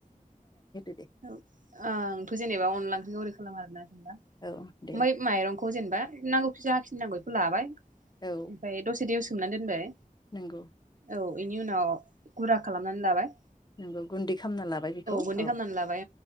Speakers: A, on the left (about 30°); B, on the right (about 65°).
A: <inaudible>
B: ओ जेनेबा अनला ओख्रिखौ ओरै खालामो आर आरोना
A: औ दे
B: बै माइरंखौ बेखौ जेनेबा नांगौ खि जा खिनि नांगौ बेखौ लाबाय।
A: औ
B: बाय दसे दैयाव सो सोमनानै दोनबाय।
A: नंगौ।
B: औ बेनि उनाव गुरा खालामनानै लाबाय।
A: नोंगौ गुन्दै खालामना लाबाय बेखौ औ।
B: गुन्दै खालामनानै लाबाय